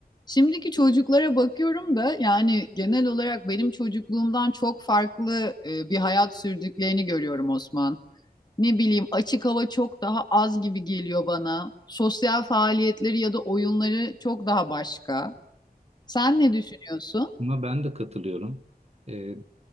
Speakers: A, on the left (about 25°); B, on the right (about 40°).
A: Şimdiki çocuklara bakıyorum da yani genel olarak benim çocukluğumdan çok farklı e, bir hayat sürdüklerini görüyorum Osman. Ne bileyim açık hava çok daha az gibi geliyor bana. Sosyal faaliyetleri ya da oyunları çok daha başka. Sen ne düşünüyorsun?
B: Buna ben de katılıyorum. Ee,